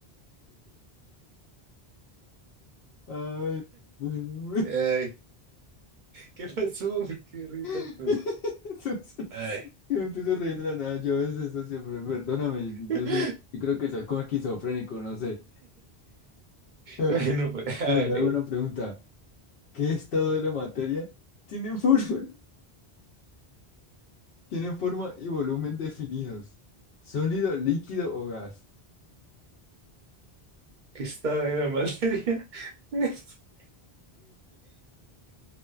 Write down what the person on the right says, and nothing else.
Ay, ¿qué pasó? ¿Por qué ríes
tú?
Ay.
<laughs>
Bueno, pues, a
ver,
eh,
que estaba en la materia. <laughs>